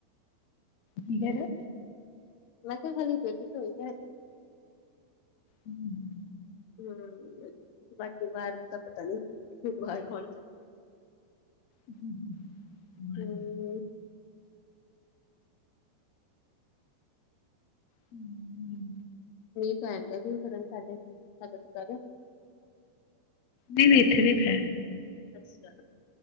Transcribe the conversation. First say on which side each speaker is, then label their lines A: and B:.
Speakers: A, on the left (about 55°); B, on the left (about 75°).
A: ਕੀਠੇ
B: ਮੈਂ ਕਿਹਾ ਖਾਲੀ ਬੇਟੀ ਹੋਈ ਹੈ।
A: ਹੂੰ ਹੂੰ,
B: ਹੂੰ, ਬਾਕੀ ਬਾਹਰ ਤਾਂ ਪਤਾ ਨੀ, ਬਾਹਰ ਕੌਣ
A: ਹਮ-ਹਮ-
B: ਹਮ
A: ਹਮ-ਹਮ-
B: ਨਹੀਂ ਪਹਿਣ ਸਾਡੇ ਸਾਡੇ ਚ ਪਾਦੋ
A: ਨਹੀ ਨੇਠਾ-ਨੇਠੇ ਹੈ
B: ਅੱਛਾ